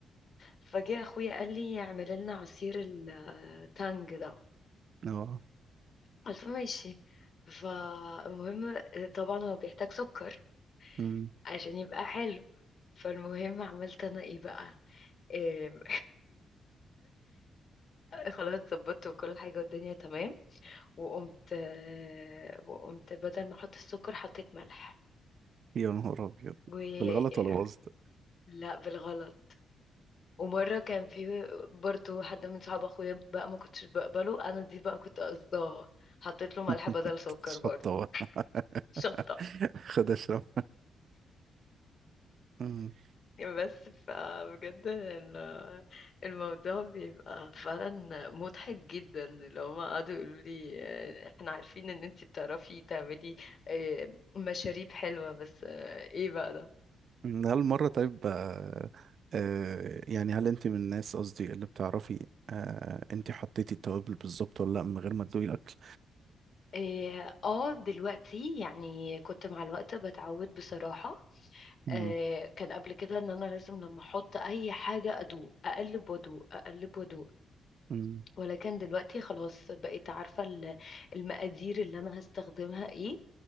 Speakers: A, on the left; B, on the right.
A: فجاء اخويا قال لي اعمل لنا عصير التانج ده
B: اه
A: قلت له ماشي فالمهم طبعا هو بيحتاج سكر
B: امم
A: عشان يبقى حلو فالمهم عملت انا ايه بقى إيه <laughs> خلاص ظبطت وكل حاجة والدنيا تمام وقمت آه، وقمت بدل ما احط السكر حطيت ملح
B: يا نهار ابيض
A: و
B: بالغلط ولا باظت
A: لا بالغلط ومرة كان في برضو حد من صحاب اخويا بقى ما كنتش بقبله انا دي بقى كنت قصداها حطيت له ملح
B: <laughs>
A: بدل سكر
B: تتشطب
A: برضو شطة
B: <laughs> خد اشرب مم.
A: بس فبجد ال- الموضوع بيبقى فعلا مضحك جدا اللي هما قعدوا يقولوا لي آه، احنا عارفين ان انتي بتعرفي تعملي آه، مشاريب حلوة بس آه، ايه بقى ده
B: مم، هل مرة طيب آه آه يعني هل انت من الناس قصدي اللي بتعرفي آه انت حطيتي التوابل بالظبط ولا لا من غير ما تدوقي الاكل
A: إيه، اه دلوقتي يعني كنت مع الوقت بتعود بصراحة
B: مم،
A: آه كان قبل كده ان انا لازم لما احط اي حاجه ادوق اقلب وادوق اقلب وادوق
B: مم،
A: ولكن دلوقتي خلاص بقيت عارفة ال- المقادير اللي أنا هستخدمها إيه